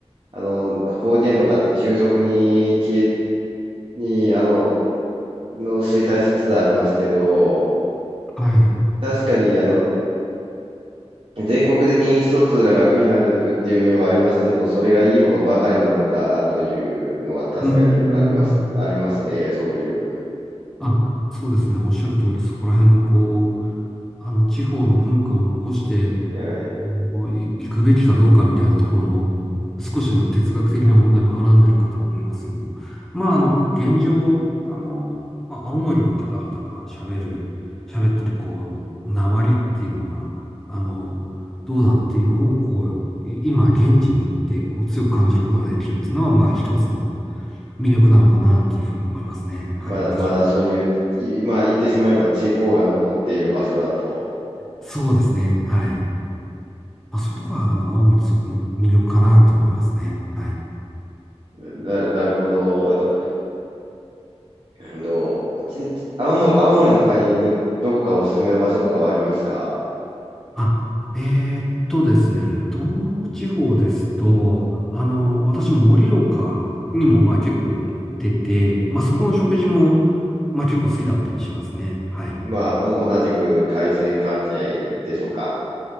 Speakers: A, on the right; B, in the centre.
A: あの、法人とかって急速に、知恵に、あの、の衰退しつつありますけど、
B: はい。
A: 確かに、あの、全国的に意思疎通が楽になれるっていう面はありますけど、それがいいことばかりなのかというのは確かにあります、
B: うーん。
A: ありますね、そういう。
B: あ、そうですね。おっしゃる通り、そこら辺のこう、あの、地方の文化を残して、
A: はい、
B: こうい行くべきかどうかみたいなところの少しの哲学的な問題もはらんでるかと思いますけども。まあ、あの、現状、あの、まあ、青森の方々が喋る、喋ってる、こう、訛りっていうのは、あの、どうだっていうのを、こう、い今、現地に行って、こう、強く感じることができるっていうのは、まあ、一つの魅力なのかなっていうふうに思いますね。はい、
A: まだ、
B: 私は。
A: まだそういう、いまあ言ってしまえば地方が残っている場所だと。
B: そうですね。はい。まあ、そういうところは、あの、青森すごく魅力かなと思いますね。はい。
A: な、なるほど。あと、うんとちち青森、青森の他にど、どこかおすすめな場所とかはありますか
B: あ、えーっとですね、東北地方ですと、あの、私、盛岡にもまあ結構行ってて、まあそこの食事もまあ結構好きだったりしますね。はい。
A: まあ、お同じく海鮮関係でしょうか。